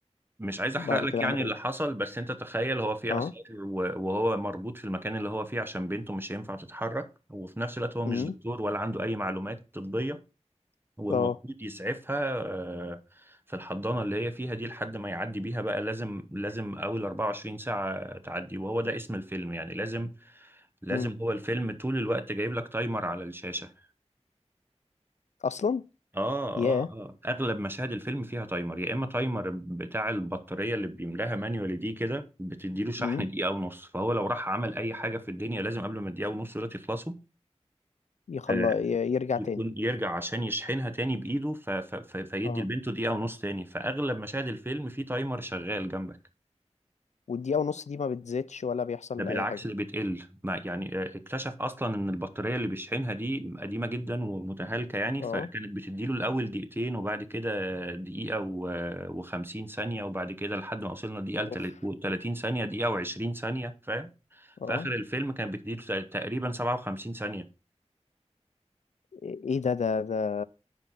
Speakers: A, on the right; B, on the left.
A: مش عايز احرق
B: بعد
A: لك
B: كده
A: يعني
B: عمل
A: اللي
B: ايه
A: حصل بس انت تخيل هو في
B: اه
A: عسكر و- وهو مربوط في المكان اللي هو فيه عشان بنته مش هينفع تتحرك وفي نفس الوقت هو مش
B: امم
A: دكتور ولا عنده اي معلومات طبية هو
B: اه
A: المفروض يسعفها آه، في الحضانة اللي هي فيها دي لحد ما يعدي بيها بقى لازم لازم اول 24 ساعة تعدي وهو ده اسم الفيلم يعني لازم لازم
B: امم
A: هو الفيلم طول الوقت جايب لك تايمر على الشاشة
B: اصلا
A: اه
B: ياه
A: اه اه اغلب مشاهد الفيلم فيها تايمر يا اما تايمر بتاع البطاريه اللي بيملاها مانيوالي دي كده بتديله شحن
B: امم
A: دقيقه ونص فهو لو راح عمل اي حاجه في الدنيا لازم قبل ما الدقيقه ونص دول يخلصوا
B: يخلى
A: آه
B: ي- يرجع
A: يكون
B: تاني
A: يرجع عشان يشحنها تاني بايده ف ف ف فيدي
B: اه
A: لبنته دقيقه ونص تاني فاغلب مشاهد الفيلم فيه تايمر شغال جنبك
B: والدقيقه ونص دي ما بتزيدش ولا بيحصل
A: ده بالعكس
B: اي حاجه
A: اللي بتقل ما يعني آه، اكتشف اصلا ان البطاريه اللي بيشحنها دي قديمه جدا ومتهالكه يعني
B: اه
A: فكانت بتديله الاول دقيقتين وبعد كده دقيقه و... و50 ثانيه وبعد كده لحد ما وصلنا دقيقه
B: اوف
A: و30 ثانيه دقيقه و20 ثانيه فاهم
B: اه
A: في اخر الفيلم كانت بتديله تقريبا 57 ثانيه
B: ايه إيه ده ده ده